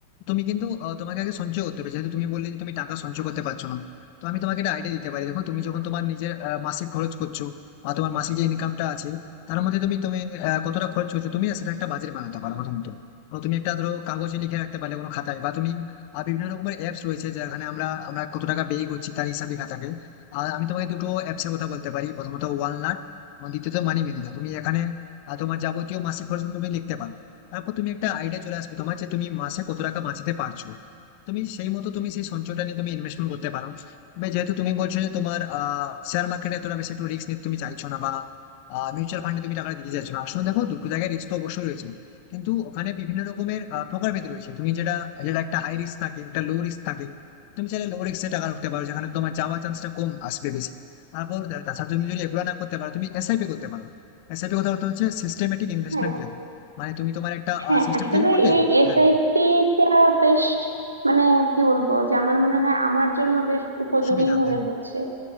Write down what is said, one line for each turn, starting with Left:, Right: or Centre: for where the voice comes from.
Left: তুমি কিন্তু আহ, তোমাকে আগে সঞ্চয় করতে হবে যেহেতু তুমি বললে যে তুমি টাকা সঞ্চয় করতে পারছো না তো আমি তোমাকে একটা আইডিয়া দিতে পারি দেখো তুমি যখন তোমার নিজের আহ, মাসিক খরচ করছো বা তোমার মাসিক যে ইনকামটা আছে তার মধ্যে তুমি তুমি আহ, কতটা খরচ করছো তুমি না সেটা একটা বাজেট বানাতে পারো প্রথমত তো তুমি একটা ধরো কাগজে লিখে রাখতে পারলে কোনো খাতায় বা তুমি আর বিভিন্ন রকমের অ্যাপস রয়েছে যেখানে আমরা আমরা কত টাকা ব্যয় করছি তার হিসাব লেখা থাকে আর আমি তোমাকে দুটো অ্যাপসের কথা বলতে পারি প্রথমত ওয়ালনাট এবং দ্বিতীয়ত মানি ম্যানেজার তুমি এখানে আহ, তোমার যাবতীয় মাসিক খরচ কিন্তু তুমি লিখতে পারো তারপর তুমি একটা আইডিয়া চলে আসবে তোমার যে তুমি মাসে কত টাকা বাঁচাতে পারছো তুমি সেই মতো তুমি সেই সঞ্চয়টা নিয়ে তুমি ইনভেস্টমেন্ট করতে পারো বা যেহেতু তুমি বলছো যে তোমার আহ শেয়ার মার্কেটে এতটা বেশি একটু রিস্ক নিতে তুমি চাইছো না বা মিউচুয়াল ফান্ডে তুমি টাকা দিতে চাইছো না আসলে দেখো দুটো জায়গায় রিস্ক তো অবশ্যই রয়েছে কিন্তু ওখানে বিভিন্ন রকমের আহ, প্রকারভেদ রয়েছে তুমি যেটা যেটা একটা হাই রিস্ক থাকে একটা লো রিস্ক থাকে তুমি চাইলে লো রিস্কে টাকা রাখতে পারো যেখানে তোমার যাওয়ার চান্সটা কম আসবে বেশি তারপর তা- তাছাড়া তুমি যদি এগুলো না করতে পারো তুমি এসআইপি করতে পারো এসআইপি কথা বলতে হচ্ছে সিস্টেমেটিক ইনভেস্টমেন্ট
Right: হ্যাঁ
Left: প্ল্যান মানে তুমি তোমার একটা
Right: হ্যাঁ
Left: সিস্টেম
Right: আসলে
Left: তৈরি করলে
Right: এই এসআইপি
Left: হ্যাঁ
Right: টা বেশ মানে কি বলবো যে আমার মনে হয় আমার জন্য বেশ উপযোগী
Left: সুবিধা হবে
Right: মনে
Left: হ্যাঁ
Right: হচ্ছে